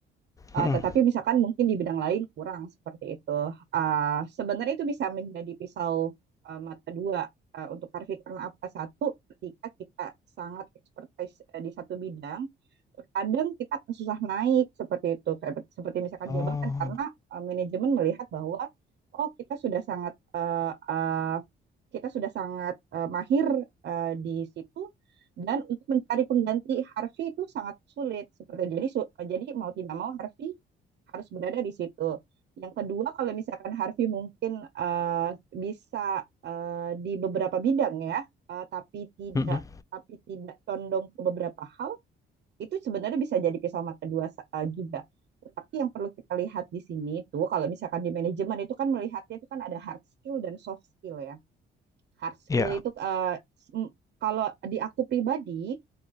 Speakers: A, on the right; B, on the left.
A: Eh,
B: Mm-mm.
A: tetapi misalkan mungkin di bidang lain kurang seperti itu. Eh, sebenarnya itu bisa menjadi pisau eh, mata dua eh, untuk karena apa satu ketika kita sangat expertise eh, di satu bidang, terkadang kita akan susah naik seperti itu, seperti misalkan
B: Oh,
A: jabatan karena eh, manajemen melihat bahwa oh kita sudah sangat eh, eh, kita sudah sangat eh, mahir eh, di situ, dan untuk mencari pengganti Harvey itu sangat sulit seperti jadi su- jadi mau tidak mau Harvey harus berada di situ. Yang kedua kalau misalkan Harvey mungkin eh, bisa eh, di beberapa bidang ya, eh, tapi tidak
B: Mm-mm.
A: tapi tidak condong ke beberapa hal, itu sebenarnya bisa jadi pisau mata dua sa- eh, juga. Tetapi yang perlu kita lihat di sini itu kalau misalkan di manajemen itu kan melihatnya itu kan ada hard skill dan soft skill ya. Hard skill
B: ya.
A: itu eh, s- m- kalau di aku pribadi